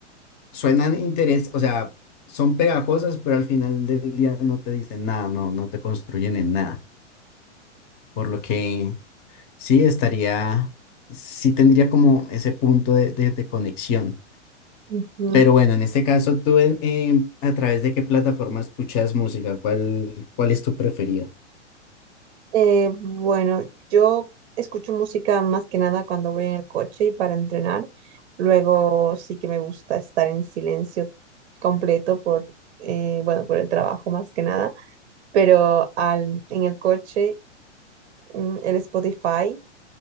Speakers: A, on the left; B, on the right.
A: suenan interés, o sea, son pegajosas, pero al final del día no te dicen nada, no, no te construyen en nada. Por lo que sí estaría, sí tendría como ese punto de, de- de conexión.
B: Ujú.
A: Pero bueno, en este caso, ¿tú en- en- a través de qué plataforma escuchas música? ¿Cuál, cuál es tu preferida?
B: Eh, bueno, yo escucho música más que nada cuando voy en el coche y para entrenar. Luego sí que me gusta estar en silencio completo por, eh, bueno, por el trabajo más que nada. Pero al, en el coche, mm, el Spotify